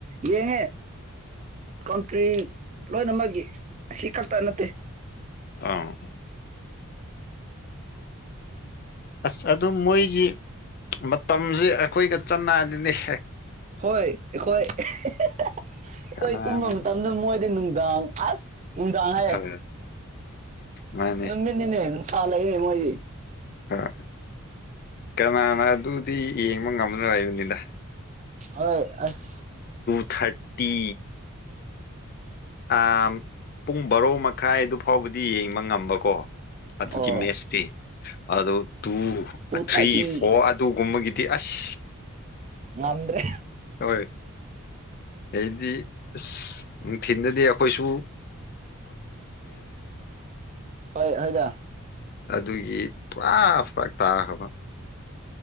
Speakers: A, on the right; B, on the left.
A: ꯌꯦꯡꯉꯦ ꯀꯟꯇ꯭ꯔꯤ ꯂꯣꯏꯅꯃꯛꯀꯤ ꯑꯁꯤ ꯈꯛꯇ ꯅꯠꯇꯦ
B: ꯑꯥ ꯑꯁ ꯑꯗꯨ ꯃꯣꯏꯒꯤ ꯃꯇꯝꯁꯦ ꯑꯩꯈꯣꯏꯒ ꯆꯅꯥꯗꯤꯅꯦꯛ
A: ꯍꯣꯏ ꯑꯩꯈꯣꯏ ꯑꯩꯈꯣꯏ
B: ꯀꯅꯥꯅ
A: ꯇꯨꯝꯕ ꯃꯇꯝꯗ ꯃꯣꯏꯗꯤ ꯅꯨꯡꯗꯥꯡ ꯑꯁ ꯅꯨꯡꯗꯥꯡ ꯍꯥꯏ
B: ꯍꯣꯏ ꯃꯥꯅꯦ
A: ꯅꯨꯃꯤꯠꯅꯤꯅꯦ ꯁꯥ ꯂꯩꯌꯦ ꯃꯣꯏꯒꯤ
B: ꯍꯣꯏ ꯀꯅꯥꯅ ꯑꯗꯨꯗꯤ ꯌꯦꯡꯕ ꯉꯝꯂꯣꯏ ꯍꯥꯏꯕꯅꯤꯗ
A: ꯍꯣꯏ ꯑꯁ
B: ꯊꯥꯔꯇꯤ ꯑ ꯄꯨꯡ ꯕꯥꯔꯣ ꯃꯈꯥꯏ ꯑꯗꯨ ꯐꯥꯎꯕꯗꯤ ꯌꯦꯡꯕ ꯉꯝꯕꯀꯣ ꯑꯗꯨꯒꯤ
A: ꯑꯣ
B: ꯃꯦꯠꯁꯇꯤ ꯑꯗꯨ two
A: two
B: three
A: thirty
B: four ꯑꯗꯨꯒꯨꯝꯕꯒꯤ ꯗꯤ ꯑꯁ
A: ꯉꯝꯗ꯭ꯔꯦ
B: ꯍꯣꯏ ꯑꯩꯗꯤ ꯑꯁ ꯅꯨꯡꯊꯤꯟꯗꯗꯤ ꯑꯩꯈꯣꯏꯁꯨ
A: ꯍꯣꯏ ꯍꯣꯏꯗ
B: ꯑꯗꯨꯒꯤ ꯄꯨꯔꯥ ꯐꯔꯛ ꯇꯥꯈ꯭ꯔꯕ